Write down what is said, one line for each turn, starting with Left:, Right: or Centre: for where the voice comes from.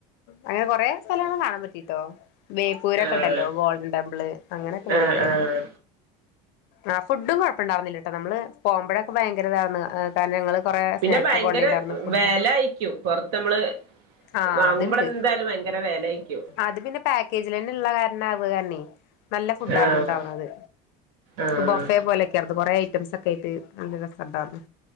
Left: അങ്ങനെ കൊറെ സ്ഥലങ്ങളും കാണാൻ പറ്റീട്ടോ ബേപ്പൂരൊക്കെ
Right: ആഹ്
Left: ഇണ്ടല്ലോ ഗോൾഡൻ ടെമ്പിള് അങ്ങനെയൊക്കെ പോയിണ്ടായി
Right: ആഹ് ആഹ്
Left: ആ ഫുഡും കുഴപ്പണ്ടാരുന്നില്ലട്ട നമ്മള് പോവ്മ്പഴൊക്കെ ഭയങ്കര ഇതാര്ന്ന് ത ഞങ്ങള് കൊറേ
Right: പിന്നെ
Left: സ്നാക്സ്
Right: ഭയങ്കര
Left: ഒക്കെ കൊണ്ടേയിണ്ടായിരുന്നു ഫുഡ്
Right: വെല ആയിക്കും പൊറത്ത് നമ്മള്
Left: ആഹ്
Right: വാങ്ങുമ്പളെന്തായാലും
Left: അത്ണ്ട്
Right: ഭയങ്കര വെലേയ്ക്കും
Left: അത് പിന്നെ പാക്കേജിൽ തന്നെ ഇള്ള കാരണം ആവ്കന്നെ കാരണേ നല്ല ഫുഡാരുന്നു
Right: ആഹ്
Left: ഇണ്ടാവ്ണത്
Right: ആഹ്
Left: ബൊഫേ പോലെ ഒക്കെ ആർന്ന് കൊറെ ഐറ്റംസ്ക്കെ ആയിട്ട് നല്ല രസണ്ടാറ്ന്നു